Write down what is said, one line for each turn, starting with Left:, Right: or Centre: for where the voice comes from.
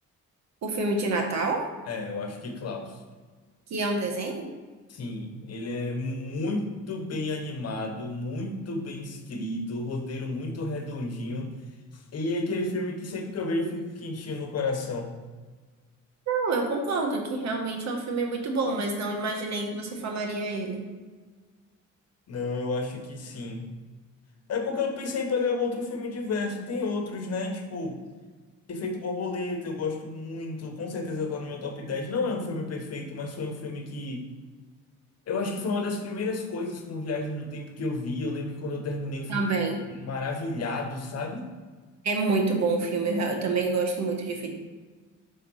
Right: O filme de Natal,
Left: É, eu acho que Klaus.
Right: que é um desenho?
Left: Sim, ele é muito bem animado, muito bem escrito, roteiro muito redondinho. E é aquele filme que sempre que eu vejo eu fico quentinho no coração.
Right: Não, eu concordo que realmente é um filme muito bom, mas não imaginei que você falaria ele.
Left: Não, eu acho que sim. É porque eu pensei em pegar um outro filme diverso. Tem outros, né? Tipo, Efeito Borboleta, eu gosto muito. Com certeza tá no meu top dez Não é um filme perfeito, mas foi um filme que. Eu acho que foi uma das primeiras coisas com Viagem do Tempo que eu vi. Eu lembro que quando eu terminei o filme
Right: Também.
Left: eu fiquei maravilhado, sabe?
Right: É muito bom o filme, eu eu também gosto muito de filme.